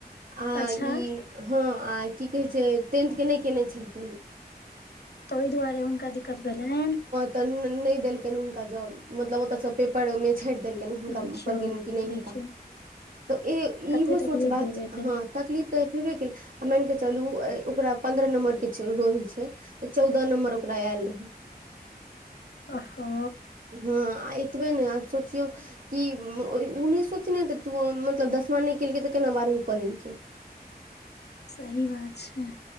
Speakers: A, on the right; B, on the left.
A: आ
B: अच्छा
A: ई हँ आ की कहै छै टेंथके नहि कयने छलखिन
B: तऽ ओइ दुआरे हुनका दिक्कत भेलनि
A: त नइ देलकनि हुनका जॉब मतलब ओतता सब पेपर में छाट देल नहि हुनका
B: देखियौ
A: कदलकैन
B: देखियौ
A: तऽ
B: कते
A: इहो सोच
B: तकलीफ भेल हेतै
A: तकलीफ तऽ भेबे केलै आ मानिकऽ चलू ओकरा पन्द्रह नम्बरके रहोै छै तऽ चौदह नम्बर ओकरा एल रहय
B: ओहो
A: हँ आ एतबे नै आब सोचियौ कि उ नहि सोचने तऽ तू ओ मतलब दसमा नहि केलकै तऽ केना बारहवीं कऽ लेलकिन
B: सही बात छैय